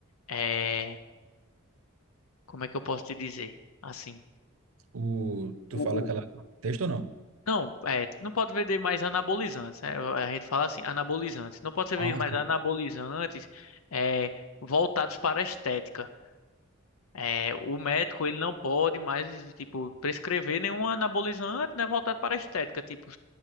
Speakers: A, on the left (about 90°); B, on the right (about 80°).
A: é, como é que eu posso te dizer? Assim,
B: o, tu
A: o,
B: fala aquela
A: o-
B: texto ou não?
A: não, é, não pode vender mais anabolizantes, né? A gente fala assim, anabolizantes. Não pode ser
B: Ah,
A: vendido mais
B: sim.
A: anabolizantes, é, voltados para a estética. É, o médico ele não pode mais tipo prescrever nenhum anabolizante, né, voltado para a estética, tipo,